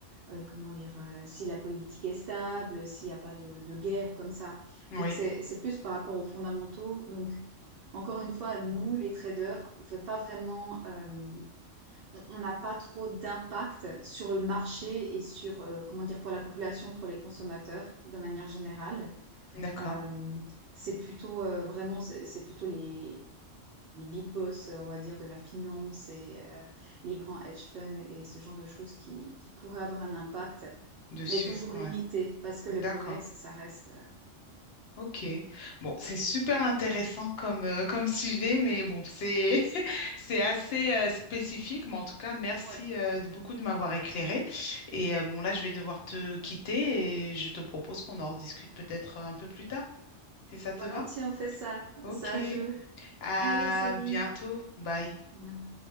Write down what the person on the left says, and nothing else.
Oui,
d'accord,
dessus,
ouais,
d'accord.
Ok, bon, c'est super intéressant comme, euh, comme sujet, mais bon, c'est <laughs> c'est assez euh, spécifique, mais en tout cas, merci
euh, de beaucoup de m'avoir éclairé. Et euh, bon, là, je vais devoir te quitter et je te propose qu'on en rediscute peut-être euh, un peu plus tard, si ça te
va.
Ok,
à
bientôt, bye.